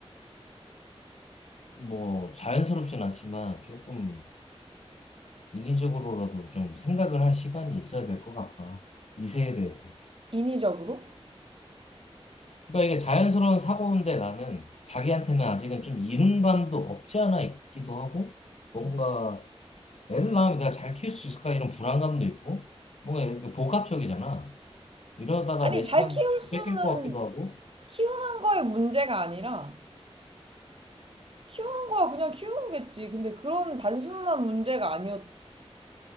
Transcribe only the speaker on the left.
뭐 자연스럽진 않지만 조금 인위적으로라도 좀 생각을 할 시간이 있어야 될 것 같다. 이 세에 대해서.
그러니까 이게 자연스러운 사고인데 나는 자기한테는 아직은 좀 이른감도 없지 않아 있기도 하고 뭔가
애를 낳으면 내가 잘 키울 수 있을까 이런 불안감도 있고 뭔가 이렇게 복합적이잖아. 이러다가
내
시간
뺏길 것 같기도 하고